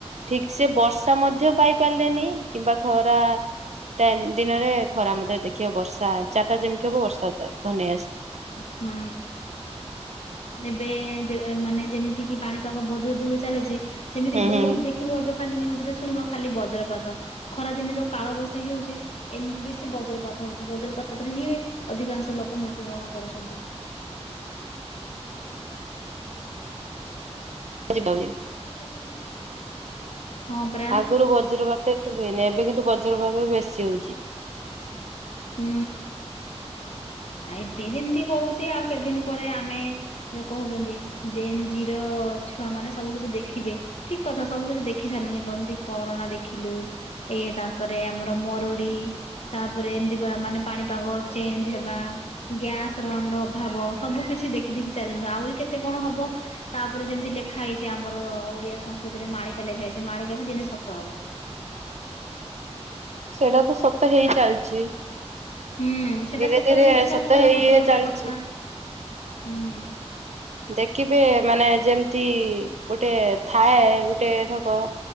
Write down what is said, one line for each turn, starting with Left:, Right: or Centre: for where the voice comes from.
Right: ଠିକ ସେ ବର୍ଷା ମଧ୍ୟ ପାଇ ପାରିଲେନି କିମ୍ବା ଖରା ଟାଇମ୍ ଦିନରେ ଖରା ମଧ୍ୟ ଦେଖିବ ବର୍ଷା ଚାରିଟା ଯେମିତି ହବ ବର୍ଷା ଘନେଇ ଆସିଛି।
Left: ହୁଁ। ଏବେ ଯେ ମାନେ ଯେମିତି କିି ପାଣିପାଗ ବଦଳି ବଦଳି ଚାଲିଛି। ସେମିତି
Right: ହୁଁ
Left: ବହୁତ
Right: ହୁଁ
Left: ଦେଖିବୁ ଏବେ ଖାଲି ନିଉଜରେ ଶୁଣିବ ଖାଲି ବଜ୍ରପାତ। ଖରା ଦିନେ ଯୋଉ କାଳବୈଶାଖୀ ହଉଛି। ଏମିତି ବେଶୀ ବଜ୍ରପାତ ହଉଛି ବଜ୍ରପାତରେ ହିଁ ଅଧିକାଂଶ ଲୋକ ମୃତ୍ୟୁବରଣ କରୁଛନ୍ତି।
Right: ହଜି ବାଉଳି।
Left: <unintelligible> ହଁ ପରା
Right: ଆଗୁରୁ ବଜ୍ରପାତ ଏତେ ହୁଏନି ଏବେ କିନ୍ତୁ ବଜ୍ରପାତ ବେଶୀ ହଉଛି।
Left: ହୁଁ। ଆବେ ଯେମିତି ହଉଛି ଆଉ କେତଦିନ ପରେ ଆମେ ଯଉ କହୁଛନ୍ତି ଜେଞ୍ଜିର ଛୁଆ ମାନେ ସବୁ କିଛି ଦେଖିବେ। ଠିକ କଥା ସବୁ କିଛି ଦେଖି ସାରିଲୁନି କେମିତି କରୁଣା ଦେଖିଲୁ। ଏ ତାପରେ ଆମର ମରୁଡି ତାପରେ ଏମିତି ବା ମାନେ ପାଣିପାଗ ଚେଞ୍ଜ ହେ ବା ଗ୍ୟାସ ର ଆମର ଅଭାବ ସବୁ କିଛି ଦେଖି ଦେଖି ଚାଲୁଣି ଆହୁରି କେତେ କଣ ହବ। ତାପରେ ଯେମିତି ଲେଖା ହେଇଛି ଆମର ଓଡିଆ ସଂସ୍କୃତିରେ ମାଳିକା ଲେଖା ହେଇଛି ମାଳିକା ବି ଦିନେ ସତ ହବ।
Right: ସେଇଟା ତ ସତ ହେଇ ଚାଲିଛି।
Left: ହୁଁ ସେଟା
Right: ଧୀରେ
Left: ସତ
Right: ଧୀରେ
Left: ହେଇ ହେଇ ଚାଲିଛି
Right: ସତ
Left: ତାର ଗୋଟେ
Right: ହେଇ
Left: ଗୋଟେ
Right: ଚାଲିଛି।
Left: କଥା ହୁଁ।
Right: ଦେଖିବେ ମାନେ ଯେମିତି ଗୋଟେ ଥାଏ ଗୋଟେ ଠକ